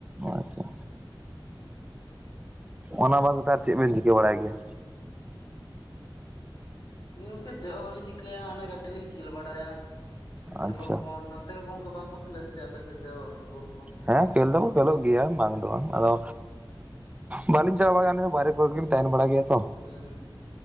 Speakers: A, on the right; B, on the left.
A: ᱟᱪᱪᱷᱟ ᱚᱱᱟ ᱵᱟᱫ ᱠᱟᱛᱮ ᱟᱨ ᱪᱮᱫ ᱵᱮᱱ ᱪᱤᱠᱟᱹ ᱵᱟᱲᱟᱭ ᱜᱮᱭᱟ᱾
B: ᱟᱹᱞᱤ ᱜᱚᱝᱠᱮ ᱪᱮᱫ ᱦᱚᱸ ᱵᱟᱞᱤᱧ ᱪᱤᱠᱟᱹᱭᱟ ᱚᱱᱮ ᱠᱟᱹᱴᱤᱡ ᱞᱤᱧ ᱠᱷᱮᱞ ᱵᱟᱲᱟᱭᱟ ᱯᱷᱩᱴᱵᱚᱞ
A: ᱟᱪᱪᱷᱟ
B: ᱠᱚᱦᱚᱸ ᱚᱱᱛᱮ ᱵᱟᱝ ᱠᱚ ᱠᱷᱮᱞ-ᱟᱥᱮ ᱪᱮᱫ ᱟᱯᱮ ᱥᱮᱫ ᱯᱷᱩᱴᱵᱚᱞ ᱠᱚ?
A: ᱦᱮᱸ ᱠᱷᱮᱞ ᱫᱚᱠᱚ ᱠᱷᱮᱞᱳᱜ ᱜᱮᱭᱟ ᱵᱟᱝ
B: ᱦᱩᱸ
A: ᱫᱚ ᱵᱟᱝ ᱟᱫᱚ ᱵᱟᱹᱞᱤᱧ ᱪᱟᱞᱟᱣ ᱵᱟ ᱵᱟᱦᱨᱮ ᱠᱚᱨᱮ ᱜᱮᱞᱤᱧ ᱛᱟᱦᱮᱱ ᱵᱟᱲᱟ ᱜᱮᱭᱟ ᱛᱚ᱾
B: ᱦᱩᱸ ᱦᱮᱸ,